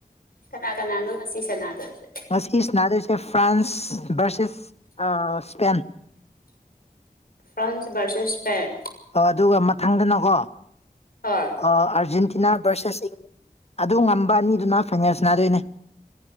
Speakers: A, on the left; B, on the left.
A: ꯀꯅꯥ ꯀꯅꯥꯅꯣ ꯉꯁꯤ ꯁꯥꯟꯅꯗꯣꯏꯁꯦ
B: ꯃꯁꯤ ꯁꯥꯟꯗꯣꯏꯁꯦ France versus Spain
A: France versus Spain
B: ꯑꯣ ꯑꯗꯨꯒ ꯃꯊꯪꯗꯅꯀꯣ
A: ꯍꯣꯏ
B: ꯑ ꯑꯥꯔꯖꯦꯟꯇꯤꯅꯥ ꯚꯔꯁꯦꯁ ꯁꯤꯡ ꯑꯗꯣ ꯉꯝꯕ ꯑꯅꯤꯗꯨꯅ ꯐꯥꯏꯅꯦꯜꯁ ꯁꯅꯥꯗꯣꯏꯅꯦ